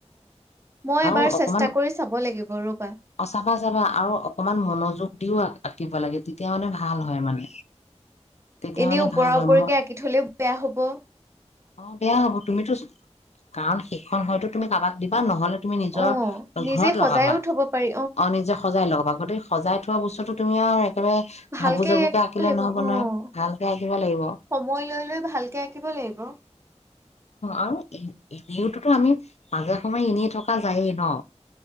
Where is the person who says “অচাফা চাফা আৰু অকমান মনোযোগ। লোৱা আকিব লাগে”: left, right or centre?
Left